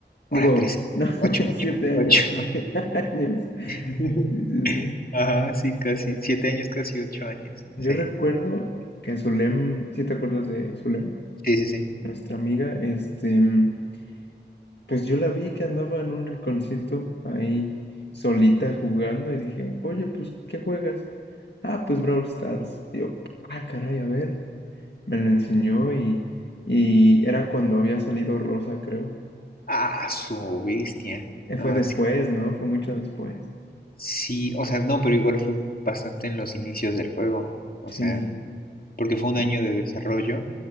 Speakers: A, on the left (about 70°); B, on the left (about 55°).
A: Digo,
B: Ahora tres,
A: no,
B: ocho,
A: <laughs>
B: ocho,
A: 7 años,
B: ocho.
A: 7 <laughs> años.
B: <laughs>
A: Sí, sí, sí.
B: Ajá, sí, casi, siete años, casi ocho años.
A: Yo
B: Sí,
A: recuerdo que Zulem, si te acuerdas de Zulem,
B: sí, sí, sí.
A: nuestra amiga, este, mm, pues yo la vi que andaba en un rinconcito ahí solita jugando y dije, oye, pues, ¿qué juegas? Ah, pues Brawl Stars. Y yo, ah, caray, a ver. Me lo enseñó y, y era cuando había salido Rosa, creo.
B: Ah, su bestia.
A: Eh,
B: No,
A: fue después,
B: sí,
A: ¿no? Fue mucho después.
B: sí, o sea, no, pero igual fue bastante en los inicios del juego. O
A: Sí,
B: sea, porque fue un
A: y-
B: año de desarrollo